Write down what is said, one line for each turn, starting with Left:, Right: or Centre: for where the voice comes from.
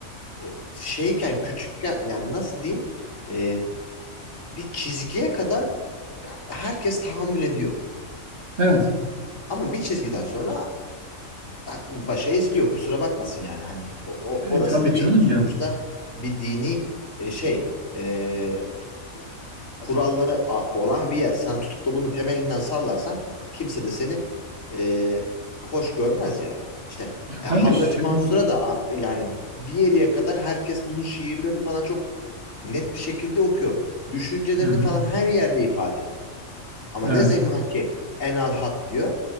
Left: e, şeyken küçükken yani nasıl diyeyim? Ee, bir çizgiye kadar herkes tahammül ediyor.
Right: evet.
Left: Ama bir çizgiden sonra başa eziliyor kusura bakmasın yani hani o, o-
Right: E,
Left: orası
Right: tabii
Left: da bir
Right: canım
Left: sonuçta
Right: yani.
Left: bir dini e, şey e, kuralları a- olan bir yer sen tutup da bunun temelinden sallarsan kimse de seni e, hoş görmez yani işte
Right: Ya
Left: e,
Right: tabii
Left: Hallacı
Right: şimdi.
Left: Mansur'a da a- yani bir yere kadar herkes bunun şiirlerini falan çok net bir şekilde okuyor düşüncelerini
Right: Hı-hı.
Left: falan her yerde ifade ediyor. Ama
Right: Evet.
Left: ne zaman ki Enal Hak diyor,